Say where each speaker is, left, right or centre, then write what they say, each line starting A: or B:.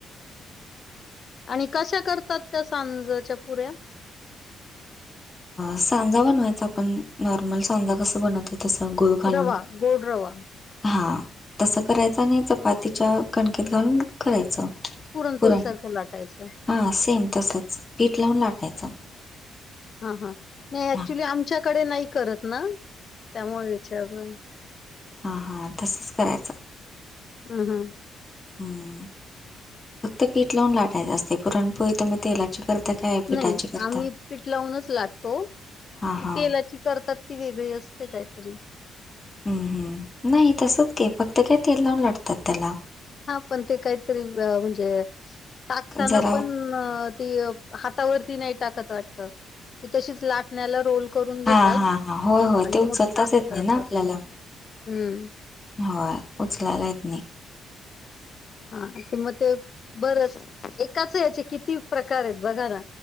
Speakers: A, on the left; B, on the left.
A: आणि कशा करतात, त्या सांजच्या पुऱ्या.
B: सांजा बनवायचा, आपण नॉर्मल सांजा कसा बनव तो तसा गुळ घालून.
A: रवा गोड रवा
B: हा तसा करायचा, आणि चपातीच्या कणकीत घालून. करायचं
A: पुरणपोळी
B: पुरण
A: सारखं लाटायचं
B: हा सेम, तसंच पीठ लावून लाटायचं.
A: हा हा नाही ऍक्च्युली
B: हां,
A: आमच्याकडे नाही करत ना, त्यामुळे विचारलं.
B: हा हा तसंच करायचं.
A: हम हम.
B: हम हम फक्तं पीठ लावून लाटायचं असते. पुरणपोळी तुम्ही तेलाची करता. काय पिठाची
A: नाही
B: करता?
A: आम्ही पिठ लावूनच लाटतो
B: हां,
A: तेलाची
B: हां.
A: करतात. ती वेगळी असते, काय तरी.
B: हम हम नाही तसंच की, फक्त काय तेल लावून लाटतात त्याला.
A: हा पण ते काहीतरी म्हणजे, टाकताना
B: जरा
A: पण. हा ती हातावरती नाही टाकत वाटतं, की तशीच लाटण्याला रोल करून घेतात
B: हा हा हा होय होय
A: आणि
B: ते उचलताच
A: मग टाकतात
B: येत नाही ना आपल्याला.
A: असं. हं.
B: होय उचलायला येत नाही.
A: हा ते मग ते बरंच एकाच हेचे किती प्रकार आहेत बघा ना.